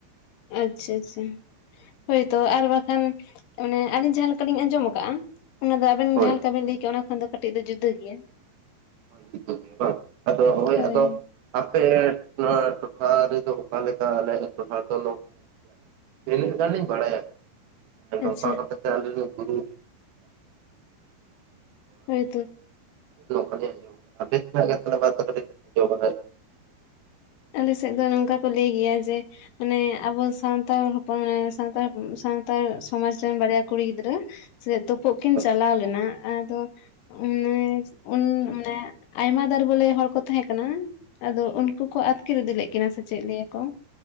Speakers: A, on the left; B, on the right.
A: ᱟᱪᱪᱷᱟ ᱟᱪᱪᱷᱟ ᱦᱳᱭ ᱛᱳ ᱟᱨ ᱵᱟ ᱠᱷᱟᱱ ᱢᱟᱱᱮ ᱟᱹᱞᱤᱧ ᱡᱟᱦᱟᱸᱮ ᱞᱮᱠᱟ ᱞᱤᱧ ᱟᱸᱡᱚᱢ ᱟᱠᱟᱫᱼᱟ ᱚᱱᱟ ᱫᱚ ᱟᱵᱮᱱ
B: ᱦᱳᱭ
A: ᱡᱟᱦᱟᱸ ᱞᱮᱠᱟ ᱵᱮᱱ ᱞᱟᱹᱭ ᱠᱮᱜᱼᱟ ᱚᱱᱟ ᱠᱷᱚᱱ ᱫᱚ ᱠᱟᱹᱴᱤᱡ ᱫᱚ ᱡᱩᱫᱟᱹ ᱜᱮᱭᱟ
B: ᱡᱩᱫᱟᱹ ᱜᱮᱭᱟ ᱵᱟᱝ ᱟᱫᱚ ᱦᱚᱭ
A: ᱦᱳᱭ
B: ᱟᱫᱚ
A: ᱦᱳᱭ
B: ᱟᱯᱮ ᱱᱚᱣᱟ ᱴᱚᱴᱷᱟ ᱨᱮ ᱫᱚ ᱚᱠᱟ ᱞᱮᱠᱟ ᱟᱞᱮ ᱭᱟᱜ ᱴᱚᱴᱷᱟ ᱫᱚ <unintelligible> ᱵᱟᱲᱟᱭᱟ ᱱᱚᱝᱠᱟ
A: ᱟᱪᱪᱷᱟ
B: ᱠᱟᱛᱮ ᱟᱞᱤᱧ ᱟᱜ ᱵᱩᱨᱩ
A: ᱦᱳᱭ ᱛᱚ
B: ᱱᱚᱝᱠᱟ ᱞᱤᱧ ᱟᱸᱡᱚᱢ ᱠᱟᱜᱼᱟ ᱟᱹᱵᱤᱱ ᱫᱚ ᱚᱠᱟ ᱞᱮᱠᱟ ᱵᱤᱱ <unintelligible> ᱟᱡᱚᱢ ᱠᱟᱫᱟ <unintelligible>
A: ᱟᱞᱮ ᱥᱮᱫ ᱫᱚ ᱱᱚᱝᱠᱟ ᱠᱚ ᱞᱟᱹᱭ ᱜᱮᱭᱟ ᱡᱮ ᱢᱟᱱᱮ ᱟᱵᱚ ᱥᱟᱱᱛᱟᱲ ᱦᱚᱯᱚᱱ ᱢᱟᱱᱮ ᱥᱟᱱᱛᱟᱲ ᱥᱟᱱᱛᱟᱲ ᱥᱚᱢᱟᱡᱽ ᱨᱮᱱ ᱵᱟᱨᱭᱟ ᱠᱩᱲᱤ ᱜᱤᱫᱽᱨᱟᱹ ᱥᱮ ᱛᱩᱯᱩᱜ ᱠᱤᱱ
B: ᱦᱳᱭ
A: ᱪᱟᱞᱟᱣ ᱞᱮᱱᱟ ᱟᱫᱚ ᱟᱱᱮ ᱩᱱ ᱢᱟᱱᱮ ᱟᱭᱢᱟ ᱫᱟᱨ ᱵᱚᱞᱮ ᱦᱚᱲ ᱠᱚ ᱛᱟᱦᱮᱸ ᱠᱟᱱᱟ ᱟᱫᱚ ᱩᱱᱠᱩ ᱠᱚ ᱟᱹᱛᱠᱤᱨ ᱤᱫᱤ ᱞᱮᱫ ᱠᱤᱱᱟᱹ ᱥᱮ ᱪᱮᱫ ᱞᱟᱹᱭᱟ ᱠᱚ